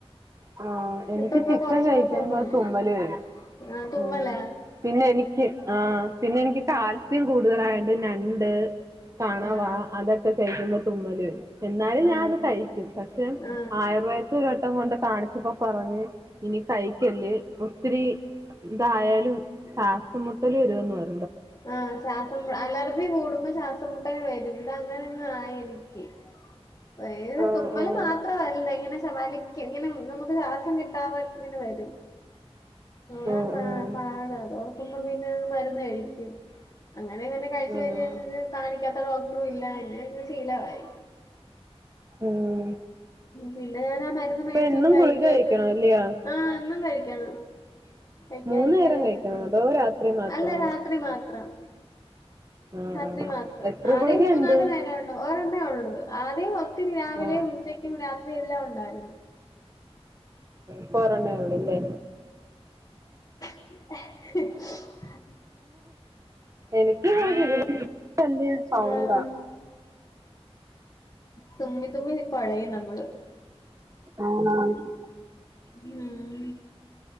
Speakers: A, on the right (about 30°); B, on the left (about 40°).
A: ആ എനിക്ക്
B: ഇപ്പ ഇപ്പൊ
A: ചിക്കൻ
B: കൊറച്ച്
A: കഴിക്കുമ്പോ
B: ദിവസം കൊണ്ടുണ്ടല്ലോ
A: തുമ്മല് വരും
B: ആഹ് തുമ്മലാ
A: ഉം പിന്നെ എനിക്ക് ആ പിന്നെ എനിക്ക് കാൽസ്യം കൂടുതലായി രണ്ട് ഞണ്ട് കണവാ
B: ആഹ്
A: അതൊക്കെ കഴിക്കുമ്പോ തുമ്മല് വരും എന്നാലും
B: ആഹ്
A: ഞാനത് കഴിക്കും പക്ഷെ
B: ആഹ്
A: ആയുർവേദത്തി ഒരുവട്ടം കൊണ്ട കാണിച്ചപ്പോ പറഞ്ഞ് ഇനി കഴിക്കല്ല് ഒത്തിരി ഇതായ ലും ശാസം മുട്ടല് വരൂന്ന് പറ
B: ആ ശ്വാസം അലർജി കൂടുമ്പോ ശ്വാസമുട്ടൽ വരും ഇതങ്ങനങ്ങ് ആയി എനിക്ക് വേറെ
A: ആഹ്
B: തുമ്മല്
A: ആഹ്
B: മാത്രല്ല ഇങ്ങനെ വലിക്കും ഇങ്ങനെ നമുക്ക് ശ്വാസം കിട്ടാതെ ഇങ്ങനെ വരും യാ
A: ആഹ്
B: പ
A: ആഹ്
B: പാട അതോർക്കുമ്പോഴെ മ് മരുന്ന് കഴിക് ക്കും അങ്ങനെ അങ്ങനെ കഴിച്ചു
A: ആഹ്
B: കഴിച്ചു കഴിച്ചു ഇത് കാണിക്കാത്ത ഡോക്ടറും ഇല്ല പിന്നെ ശീലവായി
A: ഉം
B: പിന്നെ ഞാൻ മരുന്ന്
A: ഇപ്പൊ
B: മേടിച്ചങ്ങ്
A: എന്നും
B: കഴിക്കാപ്പെഴും
A: ഗുളിക കഴിക്കണം അല്ലയോ
B: ആ ഇന്നും കഴി ക്കണം കഴിക്കാതിരിക്കാനെ
A: മൂന്നു നേരം കഴിക്കണോ
B: പറ്റത്തില്ല
A: അതോ രാത്രി മാത്രോ
B: അല്ല രാത്രി മാത്രം
A: ആഹ്
B: രാത്രി
A: ആഹ്
B: മാത്രം
A: എത്ര
B: ആദ്യം
A: ഗുളികയുണ്ട്
B: മൂന്നാലു നേരം ഉണ്ട് ഓര ന്നേയുള്ളു ആദ്യം ഒത്തിരി രാ രാവിലെയും
A: ആഹ്
B: ഉച്ചക്കും രാത്രി എല്ലാം ഉണ്ടായിരുന്നു
A: ഇപ്പോ ഒരെണ്ണേ ഉള്ളൂല്ലേ
B: എഹ്
A: എനിക്ക് ത <unintelligible> സൗണ്ടാ
B: ആഹ് തുമ്മി തുമ്മി കൊഴയും നമ്മള്
A: ആന്ന് ആന്ന്
B: ഹം